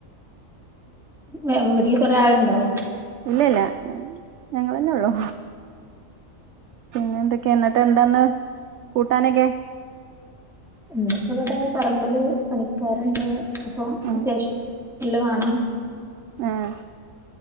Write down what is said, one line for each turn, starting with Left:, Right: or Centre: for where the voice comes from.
Centre: വീട്ടില് കൊറെ ആളുണ്ടാവോ
Right: ഇല്ല ല്ല ഞങ്ങെളെന്നെ ഉള്ളു പിന്നെ എന്തൊക്കെയാ എന്നിട്ട് എന്താന്ന് കൂട്ടാനൊക്കെ
Centre: ഇന്നിപ്പോ ഇവിടെ പറമ്പില് പണിക്കാരുണ്ട് അപ്പം
Right: ഉം
Centre: അത്യാവശ്യല് വേണം
Right: ആഹ്